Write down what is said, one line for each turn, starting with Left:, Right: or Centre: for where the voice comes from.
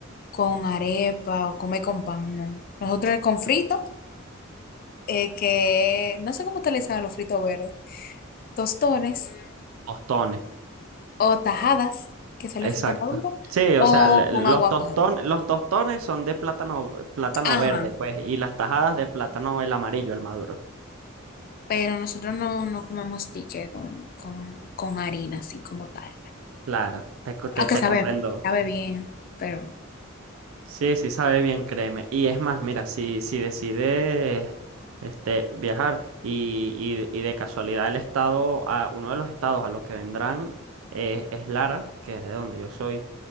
Left: con arepa o comer con pan, no. Nosotros es con frito eh, que no sé cómo utilizan los fritos verdes, tostones
Right: Tostones,
Left: o tajadas, que son
Right: exacto.
Left: los fritos maduros,
Right: Sí,
Left: o
Right: o sea, le-
Left: con
Right: los
Left: aguacate.
Right: tostones, los tostones son de plátano, plátano
Left: Ajá,
Right: verde, pues, y las tajadas de plátano el amarillo, el maduro.
Left: pero nosotros no, no comemos tiche con, con, con harina, así como tal.
Right: Claro, te, co- te,
Left: Aunque
Right: te
Left: sabe,
Right: comprendo.
Left: sabe bien, pero...
Right: Sí, sí sabe bien, créeme. Y es más, mira, si, si decides este, viajar y, y- y de casualidad el estado, a, uno de los estados a los que vendrán eh, es Lara, que es de donde yo soy,